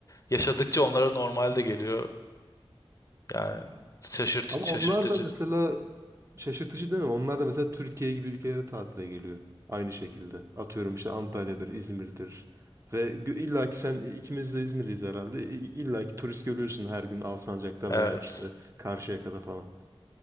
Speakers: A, on the left; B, on the right.
A: yaşadıkça onlara normal de geliyor. Yani şaşırt
B: Ama
A: şaşırtıcı.
B: onlar da mesela şaşırtıcı değil mi? Onlar da mesela Türkiye gibi ülkelere tatile geliyor. Aynı şekilde. Atıyorum işte Antalya'dır, İzmir'dir. Ve gö- illa ki sen ikimiz de İzmirliyiz herhalde. İ- İlla ki turist görüyorsun her gün Alsancak'ta
A: Evet.
B: veya işte Karşıyaka'da falan.